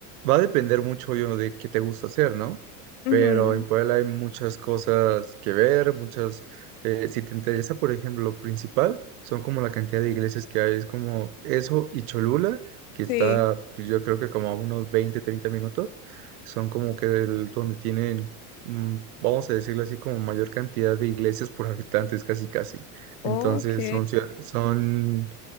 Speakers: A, on the right (about 75°); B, on the left (about 75°).
A: va a depender mucho yo de qué te gusta hacer, ¿no?
B: Ujú,
A: Pero en Puebla hay muchas cosas que ver, muchas, eh, si te interesa, por ejemplo, lo principal, son como la cantidad de iglesias que hay, es como eso y Cholula, que está
B: Sí.
A: pues, yo creo que como a unos 20 30 minutos, son como que el- donde tienen, mm, vamos a decirlo así, como mayor cantidad de iglesias por habitantes, casi, casi.
B: Ok.
A: Entonces son, ciudad- son